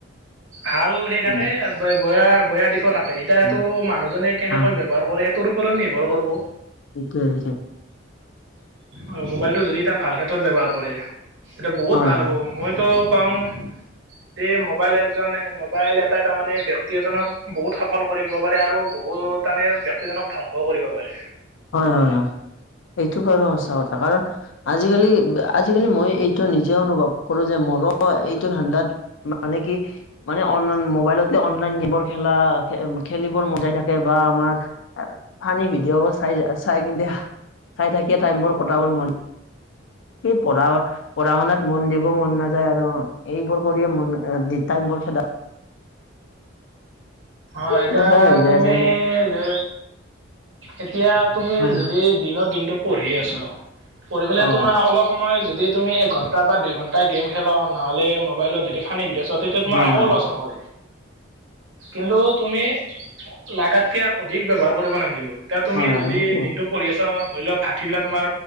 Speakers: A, on the right; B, on the left.
A: ভাল সেই
B: উম
A: থাকে বয়া বয়া দিশো থাকে। এতিয়া সেইটো
B: উম
A: মানুহজনে কেনেকৈ
B: হয়
A: ব্যৱহাৰ কৰে সেইটোৰ ওপৰত নিৰ্ভৰ কৰিব।
B: সেইটোয়ে সেইটোয়ে।
A: আৰু মোবাইলটো যদি এটা ভাল ক্ষেত্ৰত ব্যৱহাৰ কৰে তেতিয়া বহুত
B: হয়
A: ভাল
B: হয়
A: হ'ব। মইতো কওঁ এই মোবাইল একজনে মোবাইল এটাই তাৰমানে ব্যক্তি এজনক বহুত সফল কৰি নিব পাৰে আৰু বহুত তানে বিয়ক্তিজনক ধ্বংস ও কৰিব পাৰে।
B: হয় হয় হয় এইটো বাৰু সঁচা কথা কাৰণ আজিকালি আজিকালি মই এইটো নিজে অনুভৱ কৰো যে মোৰো এইটো ঠাণ্ডাত মানে কি মানে অন মোবাইলতে অনলাইন গেমৰ খেলা খেলিবোৰ মজাই থাকে বা আমাৰ ফানি ভিডিঅ' চা চাই চাই কিন্ত চাই থাকিয়ে টাইম বোৰ কটাবৰ মন পঢ়া পঢ়া শুনাত মন দিব মন নাযায় আৰু এইবোৰ কৰিয়ে মন দী টাইম বোৰ খেদা
A: হয়,
B: কি তেনেকুৱাই
A: এতিয়া
B: হৈ যায়
A: তুমি
B: আছে
A: যে এতিয়া তুমি
B: হয়
A: যদি দিনৰ দিনটো পঢ়ি আছ পঢ়ি পেলাই
B: অ
A: তোমাৰ অলপ সময় যদি তুমি এক ঘণ্টা বা দুই ঘণ্টাই গেম খেলা নহ'লে মোবাইলত যদি ফানি ভিডিঅ চোৱাত তেতিয়া তোমাৰ
B: হয়
A: একো
B: হয়
A: লচ নহয়। কিন্তু তুমি লাগাতকে আৰু অধিক ব্যৱহাৰ কৰিব নালগিব এতিয়া তুমি
B: হয় হয়
A: যদি
B: সেইটো
A: দিনটো পঢ়ি আছ ধৰি লও ভাতি বিলা তোমাৰ